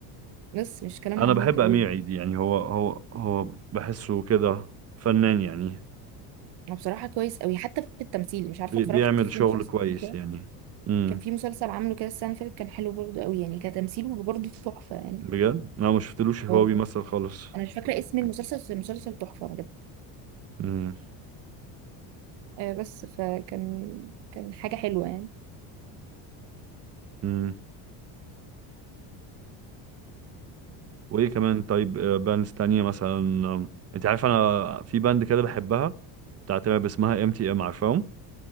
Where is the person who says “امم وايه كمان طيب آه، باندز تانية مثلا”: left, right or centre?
Right